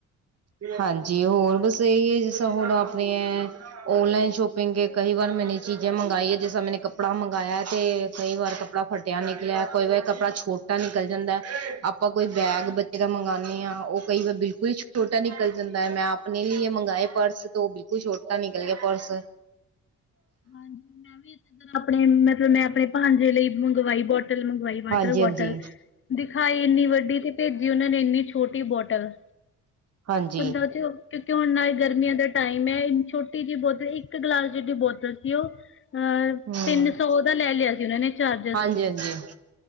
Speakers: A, on the right; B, on the left.
A: ਹਾਂਜੀ ਹੋਰ ਬਸ ਏਈ ਏ ਜਿਸਾਂ ਹੁਣ ਆਪਣੇ ਓਨਲਾਈਨ ਸ਼ੋਪਿੰਗ ਕਈ ਵਾਰ ਮੈਨੇ ਚੀਜ਼ਾਂ ਮੰਗਾਈ ਏ ।ਜਿਸਰਾਂ ਮੈਨੇ ਕੱਪੜਾ ਮੰਗਾਇਆ ਤੇ ਕਈ ਵਾਰ ਕੱਪੜਾ ਫਟਿਆ ਨਿਕਲਿਆ ।ਕੋਈ ਵਾਰ ਕੱਪੜਾ ਛੋਟਾ ਨਿਕਲ ਜਾਂਦਾ ।ਆਪਾਂ ਕੋਈ ਬੈਗ ਬੱਚੇ ਦਾ ਮੰਗਾਣੇ ਆਂ, ਉਹ ਕਈ ਵਾਰ ਬਿਲਕੁਲ ਛੋ ਛੋਟਾ ਨਿਕਲ ਜਾਂਦਾ ਐ। ਮੈਂ ਆਪਣੇ ਲੀਏ ਮੰਗਾਏ ਪਰਸ ਤੋ ਓ ਬਿਲਕੁਲ ਛੋਟਾ ਨਿਕਲ ਗਿਆ ਪਰਸ।
B: ਹਾਂਜੀ ਮੈਂ ਵੀ ਇਸੇ ਤਰ੍ਹਾਂ ਆਪਣੇ ਮਤਲਬ ਮੈਂ ਆਪਣੇ ਭਾਂਜੇ ਲਈ ਮੰਗਵਾਈ ਬੋਟ ਮੰਗਵਾਈ ਵਾਟਰ
A: ਹਾਂਜੀ ਹਾਂਜੀ
B: ਬੋਟਲ ਦਿਖਾਈ ਏਨੀ ਵੱਡੀ ਤੇ ਭੇਜੀ ਓ ਨੇ ਏਨੀ ਛੋਟੀ ਛੋਟੀ ਬੋਟਲ।
A: ਹਾਂਜੀ
B: ਬੰਦਾ ਓ'ਚ ਕਿਉਂ ਨਾਲ ਗਰਮੀਆਂ ਦਾ ਟਾਈਮ ਏ। ਛੋਟੀ ਜੇਈ ਬੋਤਲ ਇੱਕ ਗਲਾਸ ਜਿਡੀ ਬੋਤਲ ਕੀ ਓ ਅਹ
A: ਹਮ
B: ਤਿੰਨ ਸੌ ਦਾ ਲੈ ਲਿਆ ਸੀ ਉਨਾਂ ਨੇ ਚਾਰਜਰ
A: ਹਾਂਜੀ ਹਾਂਜੀ